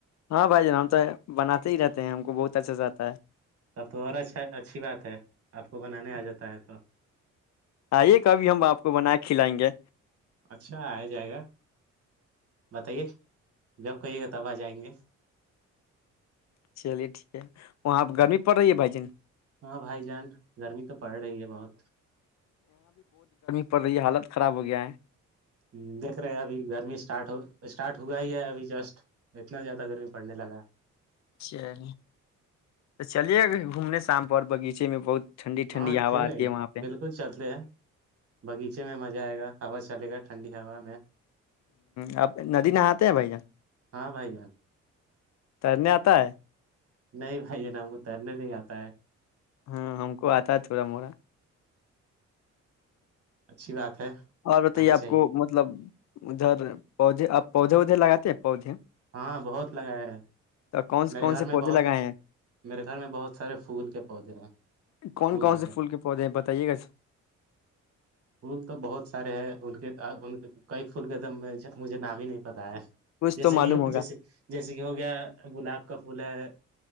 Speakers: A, on the left (about 65°); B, on the right (about 50°).
A: ہاں بھائی جان ہم تو بناتے ہی رہتے ہیں ہم کو بہت اچھا سے آتا ہے
B: سب تو اور اچھا اچھی بات ہے آپ کو بنانے آ جاتا ہے تو
A: آئیے کبھی ہم آپ کو بنا کے کھلائیں گے
B: اچھا آیا جائے گا بتائیے جب کہیے گا تب آ جائیں گے
A: چلیے ٹھیک ہے وہاں گرمی پڑ رہی ہے بھائی جن
B: ہاں بھائی جان گرمی تو پڑ رہی ہے بہت
A: پر یہ حالت خراب ہو گیا ہے
B: ہ دیکھ رہے ابھی گرمی اسٹارٹ اسٹارٹ ہوا ہی ہے ابھی جسٹ اتنا زیادہ گرمی پڑنے لگا
A: اچھا تو چلیے گ گھومنے شام پر بغیچے میں بہت ٹھنڈی ٹھنڈی
B: ہاں
A: ہوا
B: کیوں
A: آتی
B: نہیں
A: ہے وہاں پہ
B: بالکل چلتے ہے باغیچے میں مزہ آئے گا ہوا چلے گا ٹھنڈی ہوا میں
A: ہ اپ ندی نہاتے ہیں بھائی جان
B: ہاں بھائی جان
A: ت نہیں آتا ہے
B: نہیں بھائی نا ہم کو تیرنے نہیں آتا ہے
A: ہاں ہم کو آتا ہے تھوڑا موڑا
B: اچھی بات ہے
A: اور بتے
B: آنا
A: آپ
B: چاہیے
A: کو مطلب ادھر پودے آپ پودے لگاتا ہے پودھیے
B: ہاں بہت لگایا ہے
A: کون سے
B: میرے
A: کون
B: گھر
A: سے
B: میں
A: پودے
B: بہت
A: لگائے ہیں
B: میرے گھر میں بہت سارے پھول کے پودے ہیں
A: کون
B: پھول
A: کون
B: والے
A: سے کے پودے ہیں بتائیے گا
B: ال تو بہت سارے ہیں ا کے <inaudible> کئی فھول کے تم مجھے نام ہی نہیں پتا ہے
A: کچھ
B: جیسے
A: تو معلوم
B: کہ
A: ہوگا
B: جیسے جیسے کہ ہو گیا گلاب کا پھول ہے